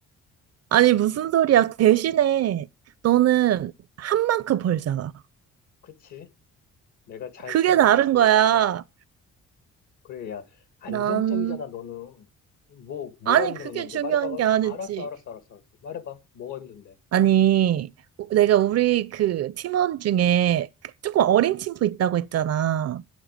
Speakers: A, on the right; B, on the left.
A: 아니, 무슨 소리야. 대신에 너는 한 만큼 벌잖아.
B: 그치? 내가 잘
A: 그게
B: 쓰면
A: 다른
B: 잘 쓸
A: 거야.
B: 만큼 벌고. 그래, 야, 안정적이잖아,
A: 난,
B: 너는. 뭐, 뭐가
A: 아니,
B: 힘들었는데?
A: 그게 중요한
B: 말해봐봐.
A: 게 아니지.
B: 알았어, 알았어, 알았어, 알았어. 말해봐. 뭐가 힘든데?
A: 아니, 우- 내가 우리 그 팀원 중에 그 조금 어린 친구 있다고 했잖아.